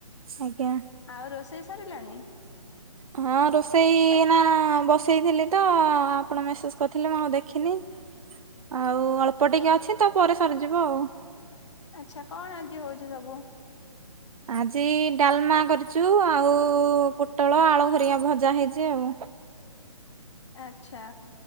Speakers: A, on the right (about 70°); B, on the left (about 50°).
A: ଆଜ୍ଞା।
B: ଆଉ ରୋଷେଇ ସରିଲାଣି?
A: ହଁ ରୋଷେଇ ଏଇନା ବସେଇଥିଲି ତ ଆପଣ ମେସେଜ କରିଥିଲେ ମୁଁ ଆଉ ଦେଖିନି। ଆଉ ଅଳ୍ପ ଟିକେ ଅଛି ତ ପରେ ସରିଯିବ ଆଉ।
B: ଆଛା କଣ ଆଜି ହୋଉଚି ସବୁ?
A: ଆଜି ଡାଲମା କରିଚୁ ଆଉ ପୋଟଳ ଆଳୁ ହରିକା ଭଜା ହେଇଚି ଆଉ।
B: ଏ ଆଛା।